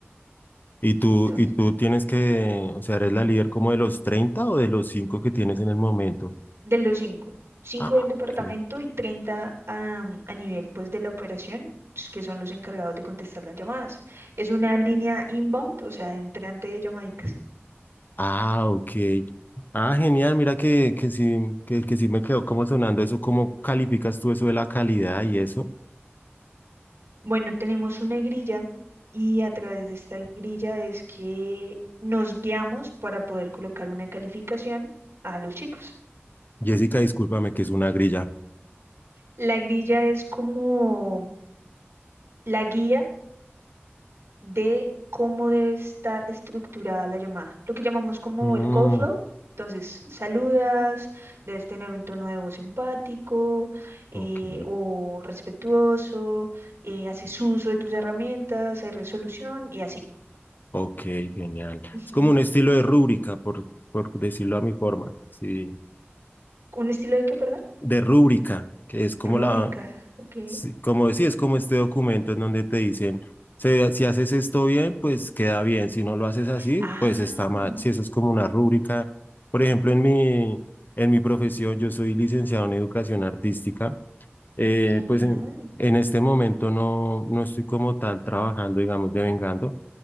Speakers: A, on the left; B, on the right.
A: Y tú,
B: Ujú.
A: y tú tienes que, o sea, eres la líder como de los 30 o de los 5 que tienes en el momento.
B: de los cinco, cinco
A: Ah,
B: del departamento
A: ok.
B: y 30 a, a nivel pues de la operación, s- que son los encargados de contestar las llamadas. Es una línea inbound, o sea, entrante de llamaditas.
A: Ah, ok. Ah, genial. Mira que, que sí, que, que sí me quedó como sonando eso. ¿Cómo calificas tú eso de la calidad y eso?
B: Bueno, tenemos una grilla y a través de esta grilla es que nos guiamos para poder colocar una calificación a los chicos.
A: Jessica, discúlpame que es una grilla.
B: La grilla es como la guía de cómo debe estar estructurada la llamada, lo que llamamos como
A: Mm,
B: el call flow. Entonces, saludas, debes tener un tono de voz empático eh,
A: ok.
B: o respetuoso, eh, haces uso de tus herramientas, hay resolución y así.
A: Ok, genial.
B: Ujú.
A: Es como un estilo de rúbrica, por, por decirlo a mi forma. Sí.
B: ¿Un estilo de qué, perdón?
A: De rúbrica, que es como
B: Rúbrica,
A: la,
B: ok.
A: sí, como decía, es como este documento en donde te dicen, "Se- si haces esto bien, pues queda bien, si no lo haces así,
B: Ah,
A: pues está mal. Si eso es como una rúbrica, por ejemplo, en mi, en mi profesión, yo soy licenciado en educación artística, eh,
B: genial.
A: pues en, en este momento no, no estoy como tal trabajando, digamos, devengando.